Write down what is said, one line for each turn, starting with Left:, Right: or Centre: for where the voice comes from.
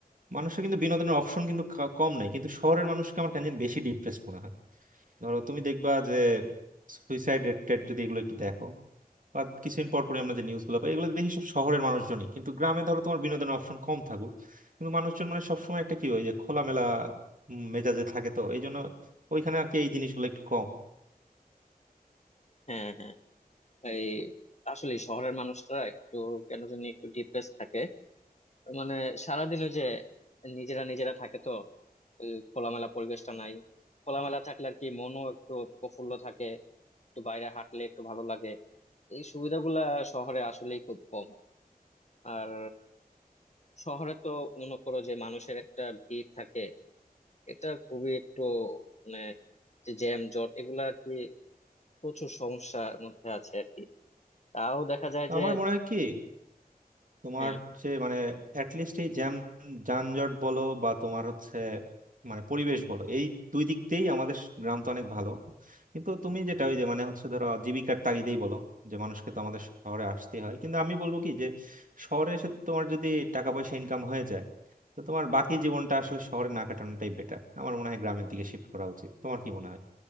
Right: মানুষের কিন্তু বিনোদনের অপশন কিন্তু ক- কম নাই কিন্তু শহরের মানুষকে আমার কেন জানি বেশি ডিপ্রেস মনে হয় ধরো তুমি দেখবা যে সুইসাইড রেট টেট যদি এগুলো একটু দেখো বা কিছুদিন পর পরই আমরা যে নিউজ গুলো পাই এগুলো দেখি সব শহরের মানুষজনই কিন্তু গ্রামে ধরো তোমার বিনোদনের অপশন কম থাকুক কিন্তু মানুষজন মানে সবসময় একটা কি হয় যে খোলামেলা উম, মেজাজে থাকে তো এই জন্য ওইখানে আর কি এই জিনিসগুলো একটু কম
Left: হ্যাঁ হ্যাঁ এই আসলে শহরের মানুষরা একটু কেন জানি একটু ডিপ্রেস থাকে মানে সারাদিন ওই যে নিজেরা নিজেরা থাকে তো ওই খোলামেলা পরিবেশটা নাই খোলামেলা থাকলে আর কি মনও একটু প্রফুল্ল থাকে একটু বাইরে হাঁটলে একটু ভালো লাগে এই সুবিধাগুলা শহরে আসলেই খুব কম আর শহরে তো মনে করো যে মানুষের একটা ভিড় থাকে এটা খুবই একটু মানে যে জ্যাম জট এগুলা আর কি প্রচুর সমস্যার মধ্যে আছে আর কি তাও দেখা যায়
Right: তো
Left: যে
Right: আমার মনে হয় কি তোমার
Left: হ্যাঁ
Right: যে মানে অ্যাটলিস্ট এই জ্যাম যানজট বলো বা তোমার হচ্ছে মানে পরিবেশ বলো এই দুই দিক দিয়েই আমাদের স- গ্রাম তো অনেক ভালো কিন্তু তুমি যেটা ওই যে মানে হচ্ছে ধরো জীবিকার তাগিদেই বলো যে মানুষকে তো আমাদের শহরে আসতেই হয় কিন্তু আমি বলবো কি যে শহরে এসে তোমার যদি টাকা পয়সা ইনকাম হয়ে যায় তো তোমার বাকি জীবনটা আসলে শহরে না কাটানোটাই বেটার আমার মনে হয় গ্রামের দিকে শিফট করা উচিত তোমার কি মনে হয়